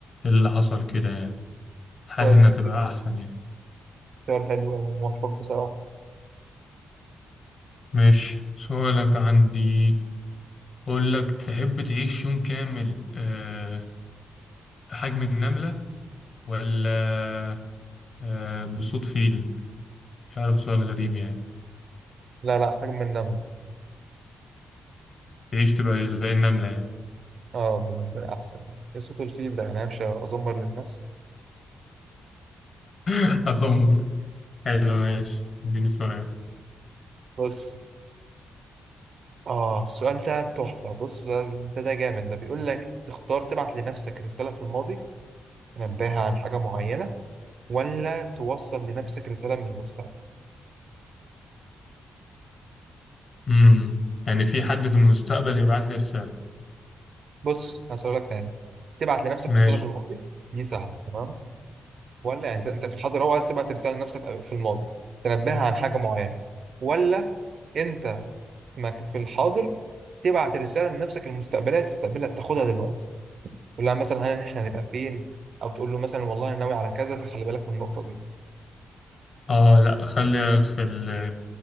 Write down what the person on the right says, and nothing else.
كويس
اختيار حلو وموفق بصراحة
لا لا حجم النملة
اه بالنسبة لي أحسن يعني. إيه صوت الفيل ده يعني همشي أزمر للناس
بس آه السؤال ده تحفة بص ده ده ده جامد ده بيقول لك تختار تبعت لنفسك رسالة في الماضي تنبهها عن حاجة معينة ولا توصل لنفسك رسالة من المستقبل
بص هسألك تاني تبعت لنفسك
رسالة في الماضي دي سهلة تمام ولا يعني أنت أنت في الحاضر هو عايز تبعت رسالة لنفسك في الماضي تنبهها عن حاجة معينة ولا أنت في مك- في الحاضر تبعت رسالة لنفسك المستقبلية تستقبلها تاخدها دلوقتي تقول لها مثلا هل إحنا هنبقى فين أو تقول له مثلا والله أنا ناوي على كذا فخلي بالك من النقطة دي